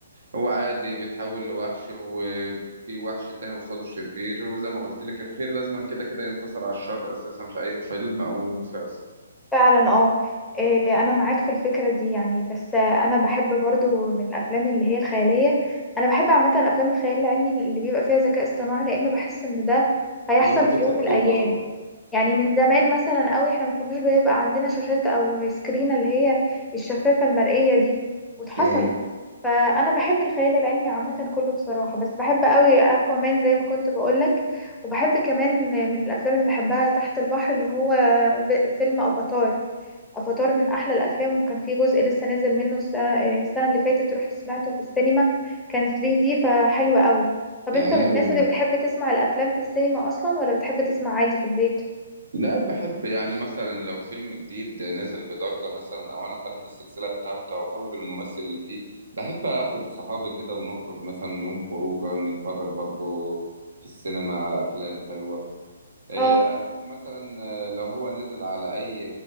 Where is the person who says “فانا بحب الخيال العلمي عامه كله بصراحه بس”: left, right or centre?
Centre